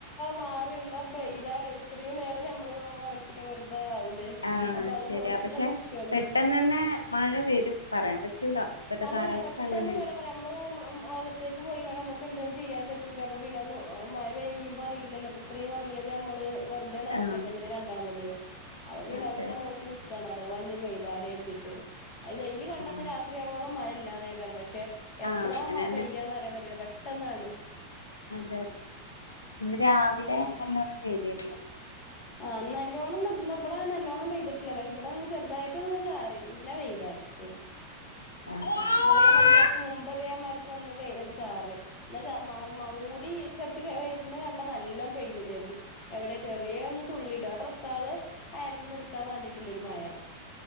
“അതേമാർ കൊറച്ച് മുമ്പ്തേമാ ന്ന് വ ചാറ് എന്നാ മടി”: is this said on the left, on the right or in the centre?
Left